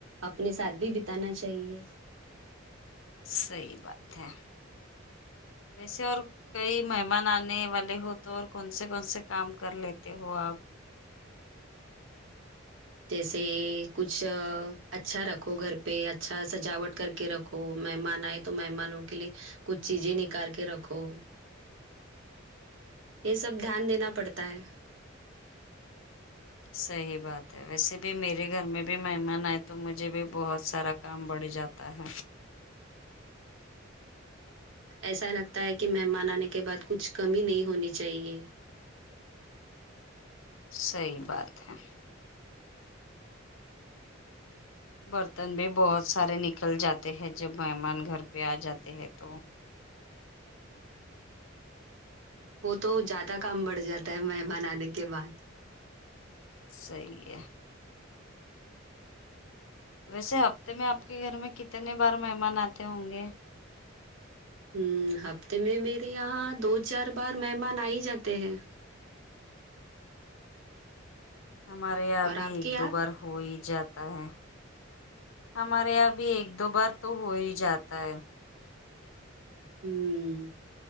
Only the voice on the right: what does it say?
اپنے ساتھ بھی بتانا چاہیے
جیسے کچھ اچھا رکھو گھر پہ اچھا سجاوٹ کر کے رک کہو مہمان آئے تو مہمانوں کے لیے کچھ چیزیں نکال کے رکھو یہ سب دھیان دینا پڑتا ہے
ایسا لگتا ہے کہ مہمان آنے کے بعد کچھ کمی نہیں ہونی چاہیے
وہ تو زیادہ کام بڑھ جاتا ہے مہمان آنے کے بعد
ہمم ہفتے میں میرے یہاں دو چار بار مہمان آ ہی جاتے ہیں
اور
آپ
کے یہاں
ہوں